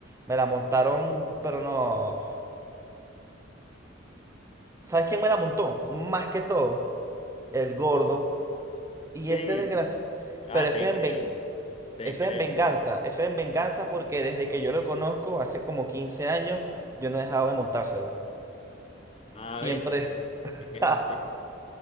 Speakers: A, on the right (about 15°); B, on the left (about 30°).
A: Me la montaron, pero no. ¿Sabes quién me la montó? Más que todo, el gordo. Y
B: Sí.
A: ese desgracia.
B: Ah,
A: Pero eso
B: te
A: es
B: creo.
A: en ven-
B: Te
A: eso
B: creo.
A: es en venganza. Eso es en venganza porque desde que yo lo conozco, hace como 15 años, yo no he dejado de montársela.
B: Ah,
A: Siempre.
B: viste.
A: <laughs>
B: Es que es así.